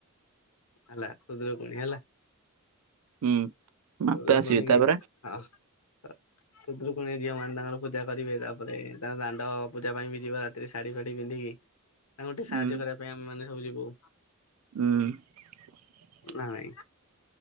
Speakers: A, on the left; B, on the right.
A: <inaudible> ହେଲା ଖୁଦୁରୁକୁଣୀ ହେଲା।
B: ହୁଁ। ମାତା
A: ଖୁଦୁରୁକୁଣୀ
B: ଆସିବେ ତାପରେ
A: <unintelligible> ଖୁଦୁରୁକୁଣୀ ଝିଅମାନେ ତାଙ୍କର ର ପୂଜା କରିବେ ତାପରେ ତା ଦାଣ୍ଡ ପୂଜା ପାଇଁ ବି ଯିବ ରାତିରେ ଶାଢୀ ଫାଢୀ ପିନ୍ଧିକି ତାଙ୍କୁ ଟିକେ
B: ହୁଁ
A: ସାହାଯ୍ୟ କରିବା ପାଇଁ ଆମୋନେ ସବୁ ଯିବୁ।
B: ହୁଁ। <inaudible>
A: ନା ନାଇଁ